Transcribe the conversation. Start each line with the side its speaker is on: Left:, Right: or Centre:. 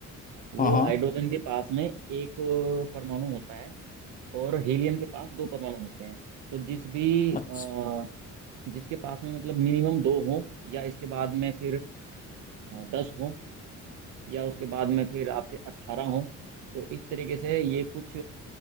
Right: वो
Left: हाँ हाँ
Right: हाइड्रोजन के पास में एक परमाणु होता है और हीलियम के पास दो परमाणु होते हैं तो जिस भी अ,
Left: अच्छा
Right: जिसके पास में मतलब मिनिमम दो हो या इसके बाद में फिर आ, दस हो या उसके बाद में फिर आपके अट्ठारह हो तो इस तरीके से ये कुछ